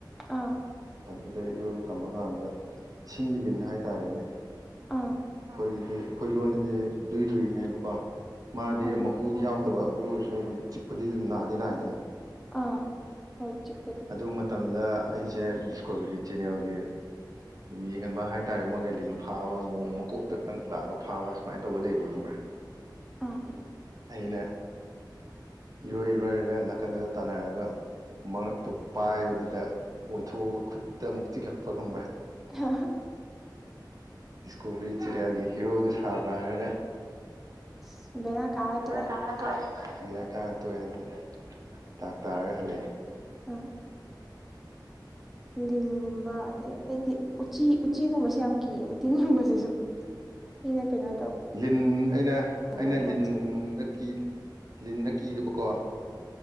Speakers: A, in the centre; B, on the right.
A: ꯑꯥ
B: ꯑꯗꯨꯗ ꯏꯔꯣꯏꯕ ꯇꯝꯃꯀꯥꯟꯗ ꯏꯁꯤꯡꯒꯤ ꯂꯤꯟ ꯍꯥꯏꯇꯥꯔꯦꯅꯦ
A: ꯑꯥ
B: ꯑꯩꯈꯣꯏꯗꯗꯤ ꯑꯩꯈꯣꯏ ꯂꯣꯟꯗꯗꯤ ꯨꯗꯨꯏ ꯂꯨꯏ ꯍꯥꯏꯌꯦꯕꯀꯣ ꯃꯥꯗꯤ
A: ꯑꯥ
B: ꯃꯍꯨꯗꯤ ꯌꯥꯎꯗꯕ ꯑꯗꯨ ꯑꯣꯏꯔ ꯑꯗꯨꯝ ꯆꯤꯛꯄꯗꯤ ꯑꯗꯨꯝ ꯅꯥꯗꯤ ꯅꯥꯏꯗꯅ
A: ꯑꯥ ꯍꯣꯏ ꯆꯤꯛꯄꯗꯗꯤ
B: ꯑꯗꯨꯃ ꯇꯝꯗ ꯑꯩꯁꯦ ꯗꯤꯁꯀꯣꯕꯔꯤ ꯆꯦꯅꯦꯜꯒꯤ ꯌꯦꯡꯍꯟꯕ ꯍꯥꯏꯇꯥꯔꯦ ꯃꯣꯏꯅ ꯂꯤꯟ ꯐꯥꯕ ꯃꯑꯣꯡ ꯃꯀꯣꯛꯇ ꯈꯛꯇꯪ ꯂꯥꯛꯑꯒ ꯐꯥꯕ ꯁꯨꯃꯥꯏꯅ ꯇꯧꯕ ꯂꯩꯕ ꯈꯪꯕ꯭ꯔꯥ
A: ꯑꯨ
B: ꯑꯩꯅ ꯏꯔꯣꯏ ꯏꯔꯣꯏꯔꯒ ꯅꯥꯀꯟꯗꯗ ꯇꯥꯟꯅꯔꯒ ꯃꯉꯛꯇꯣ ꯄꯥꯏꯕꯗꯨꯗ ꯑꯣꯟꯊꯣꯛꯑꯒ ꯈꯨꯠꯇ ꯑꯃꯨꯛ ꯆꯤꯛꯂꯛꯄ ꯈꯪꯕ꯭ꯔ
A: <unintelligible>
B: ꯗꯤ꯭ꯁꯀ꯭ꯔꯣꯕꯦꯔꯤ ꯆ‌ꯦꯅ‌ꯦꯜꯒꯤ ꯍꯤꯔꯣꯗꯨ ꯁꯥꯕ꯭ꯔꯥ ꯍꯥꯏꯔꯒ
A: ꯑꯁ ꯕꯦꯔꯥ ꯀꯥꯔ
B: ꯕꯦꯔꯥ
A: ꯇꯣꯛꯑꯦ
B: ꯀꯔꯥ ꯇ‌ꯣꯛꯌ‌ꯦ <unintelligible> ꯌꯔ ꯇꯣꯛꯑꯦ ꯑꯗꯨꯝ ꯗꯥꯛ ꯇꯥꯔꯒ ꯍꯜꯂꯛꯑꯦ
A: ꯎꯝ ꯑꯩꯗꯤ ꯂꯤꯟꯒꯨꯝꯕ ꯑꯗꯩ ꯑꯩꯗꯤ ꯎꯆꯤ ꯎꯆꯤꯒꯨꯝꯕꯁꯦ ꯌꯥꯝ ꯀꯤꯌꯦ ꯎꯇꯤꯟꯒꯨꯝꯕꯁꯤꯁꯨ ꯃꯤꯅ ꯀꯩꯅꯣ
B: ꯂꯤꯟ ꯑꯩꯅ
A: ꯇꯧꯅꯗꯕ
B: ꯑꯩꯅ
A: ꯄꯣꯠꯁꯦ
B: ꯂꯤꯟꯒꯨꯝꯕꯗ ꯀꯤ ꯂꯤꯟꯗ ꯀꯤꯗꯕꯀꯣ